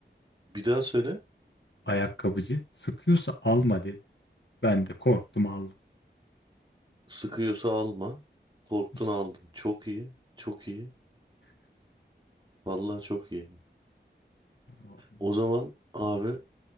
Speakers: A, on the right; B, on the left.
A: Bir daha söyle.
B: Ayakkabıcı sıkıyorsa alma dedi. Ben de korktum aldım.
A: Sıkıyorsa alma. Korktun
B: İşte
A: aldın. Çok iyi. Çok iyi. Vallahi çok iyi.
B: o-
A: O zaman abi